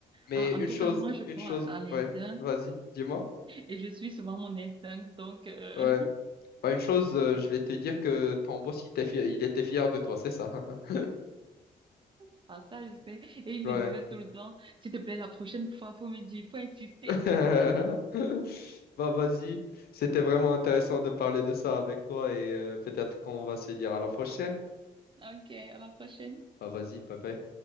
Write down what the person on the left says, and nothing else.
Mais
une
chose,
une
chose,
ouais, vas-y, dis-moi.
Ouais. Bah, une chose, euh, je vais te dire que ton boss, il était fier, il était fier de toi, c'est ça. <laughs>
Ouais.
<laughs>
Bah, vas-y. C'était vraiment intéressant de parler de ça avec toi et euh, peut-être qu'on va se dire à la prochaine.
Bah, vas-y, bye bye.